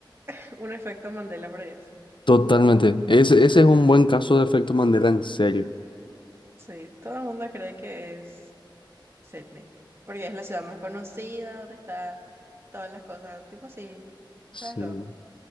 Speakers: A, on the right (about 30°); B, on the left (about 70°).
A: <laughs> un efecto Mandela para ellos.
B: Totalmente. Ese, ese es un buen caso de efecto Mandela en serio.
A: Sí, todo el mundo cree que es Sydney, porque es la ciudad más conocida, donde está todas las cosas, tipo sí,
B: Sí.
A: ¿sabes lo?